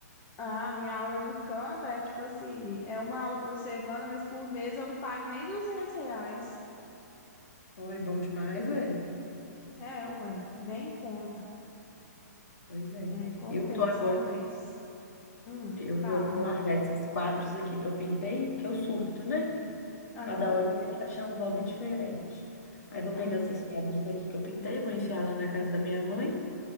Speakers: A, on the left (about 20°); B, on the left (about 55°).
A: a minha aula de canto é tipo assim, é uma aula por semana, mas por mês eu não pago nem 200 reais.
B: Oh, é bom demais, ué.
A: É, ué, bem em conta.
B: Pois é.
A: É, compensa,
B: Eu tô agora.
A: compensa. Hum,
B: Eu
A: fala,
B: vou vou
A: amiga.
B: largar esses quadros aqui que eu pintei, porque eu surto, né?
A: Aham.
B: Cada hora eu quero achar um hobby diferente. Aí vou
A: Ai,
B: pegar
A: meu
B: esses
A: Deus.
B: quadros aqui que eu pintei, vou enfiar lá na casa da minha mãe